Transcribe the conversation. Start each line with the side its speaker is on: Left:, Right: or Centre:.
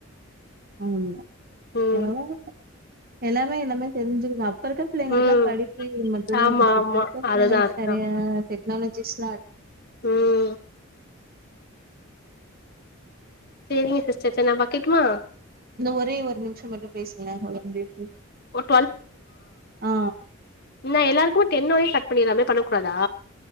Right: ஆமா
Left: ம்
Right: பரவா இல்ல எல்லாமே எல்லாமே தெரிஞ்சுருக்கோ இப்ப இருக்க பிள்ளைங்களுக்கல்லா
Left: ம்
Right: படிப்பு இது மட்டுந் தா
Left: ஆமா
Right: இருந்துச்சு
Left: ஆமா
Right: இப்ப இருக்கற பிள்ளைங்களுக்கு
Left: அதுதா அதுதா
Right: நெறையா டெக்னாலஜிஸ்லா <inaudible>
Left: ம் சேரிங்க சிஸ்டர் சரி நா வக்கட்டுமா
Right: இந்த ஒரே ஒரு நிமிஷோ மட்டு பேசுங்களே அவ்ளோதா முடிய போது
Left: ஒரு
Right: ஆ
Left: நம்ம எல்லாருக்குமே டென்னோடயே கட் பண்ணிற்லாமே பண்ண கூடாதா